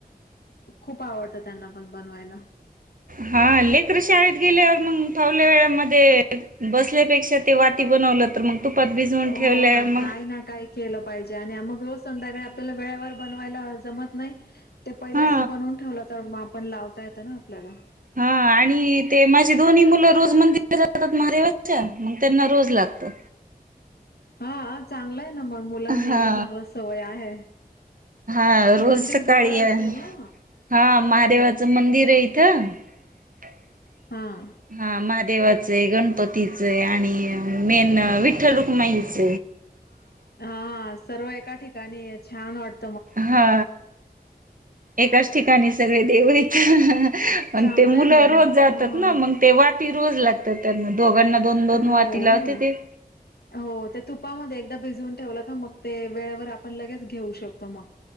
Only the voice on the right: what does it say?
हा लेकर शाळेत गेल्यावर मग थवल्या वेळामध्येध्ये बस. बसल्यापेक्षा ते वाटी बनवलं तर मग तुपात भिजवून
ठेवल्या
मग
हा
हा आणि ते माझी दोन्ही मुलं रोज मंदिर जातात महादेवाच्या मग त्यांना रोज लागतात.
हा
हा रोज
सकाळी
या
हा महादेवाचं मंदिर आहे. <unintelligible>
हा महादेवाच गणपती गणपतीच आणि मेन विठ्ठल रुक्माईच
हा एकाच ठिकाणी सगळे देवायच <unintelligible> मग
ते मुलं
रोज जातात
ना मग ते वाती रोज लागत. त्यांना दोघांना दोन दोन
वाती लावते ते